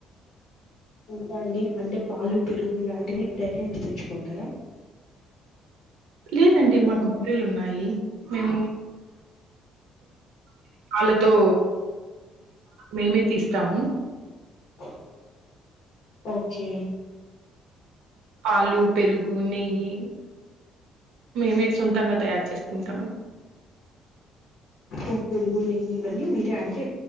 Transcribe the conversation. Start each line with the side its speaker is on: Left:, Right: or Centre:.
Left: ఇంకా అండి అంటే పాలు, పెరుగు ఇలాంటివి బయట నుంచి తెచ్చుకుంటారా
Right: లేదండి మాకు బర్రెలు ఉన్నాయి. మేము వాళ్ళతో మేమే తీస్తాము
Left: <inaudible> ఓకే
Right: పాలు, పెరుగు, నెయ్యి మేమే సొంతంగా తయారు చేసుకుంటామండి.
Left: ఓ పెరుగు, నెయ్యి ఇవన్నీ మీరే అంటే